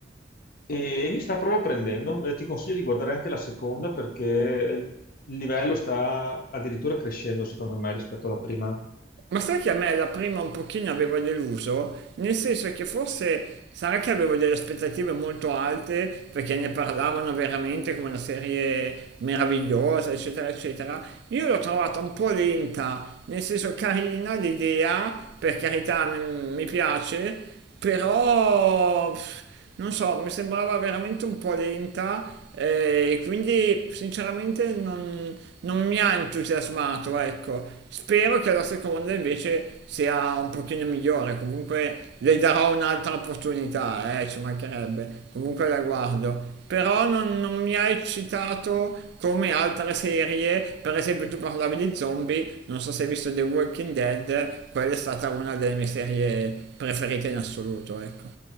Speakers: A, on the left; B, on the right.
A: e mi sta proprio prendendo. Eh, ti consiglio di guardare anche la seconda perché il livello sta addirittura crescendo, secondo me, rispetto alla prima.
B: Ma sai che a me la prima un pochino aveva deluso? Nel senso che forse sarà che avevo delle aspettative molto alte perché ne parlavano veramente come una serie meravigliosa, eccetera, eccetera. Io l'ho trovata un po' lenta, nel senso carina l'idea, per carità m- mi piace, però pff, non so, mi sembrava veramente un po' lenta eh, e quindi sinceramente non, non mi ha entusiasmato, ecco. Spero che la seconda invece sia un pochino migliore, comunque le darò un'altra opportunità, eh, ci mancherebbe, comunque la guardo. Però non, non mi ha eccitato come altre serie, per esempio tu parlavi di zombie, non so se hai visto The Walking Dead, quella è stata una delle mie serie preferite in assoluto, ecco.